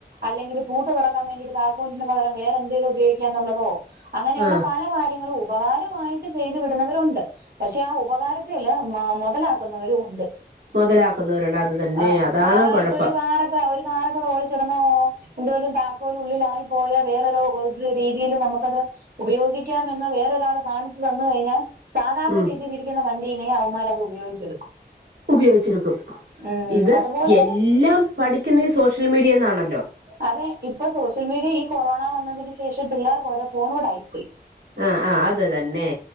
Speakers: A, on the right (about 65°); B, on the right (about 80°).
A: അല്ലെങ്കിൽ പൂട്ട് തുറ തുറക്കാൻ വേണ്ടിട്ട് താക്കോലിന് പകരം വേറെന്തലും ഉപയോഗിക്കാ എന്നുള്ളതോ അങ്ങനെയുള്ള
B: ആഹ്
A: പല കാര്യങ്ങളും ഉപകാര മായിട്ട് ചെയ്ത് വിടുന്നവരുണ്ട് പക്ഷെ ആ ഉപകാരത്തില്ൽ മ മുതലാക്കുന്നവരും ഉണ്ട്
B: മുതലാക്കുന്നവരുണ്ട് അത് തന്നെ
A: ആഹ്
B: അതാണ്
A: ആഹ്
B: കുഴപ്പം
A: ഇപ്പൊ ഒരു കാറൊക്കെ ഒരു കാറോക്കെ റോഡികേട്ന്നോ എന്തോലും താ ക്കോലിന് ഉള്ളിലായി പോയാ വേറൊരു രീതിൽ നമുക്കത് ഉപയോഗിക്കാന്ന് വേറൊരാള് കാണിച്ചു തന്ന കഴിഞ്ഞാൽ സാധാരണ
B: ഉം
A: രീതിൽ ഇരിക്കുന്ന വണ്ടീനെ അവന്മാര് അത് ഉപയോഗിച്ചെടുക്കും
B: ഉപയോഗിച്ചടുക്കും
A: ഉം
B: ഇത്
A: അതുപോലെ
B: എല്ലാം
A: തന്നെ
B: പഠിക്കുന്ന സോഷ്യൽ മീഡിയന്നാണല്ലോ
A: അതെ ഇപ്പൊ സോഷ്യൽ മീഡിയ ഈ കൊറോണ വന്നതിന് ശേഷം പിള്ളേർക്ക് ഓരോ ഫോൺ കൂടെ ആയിപ്പോയി
B: ആഹ് ആഹ് അത് തന്നെ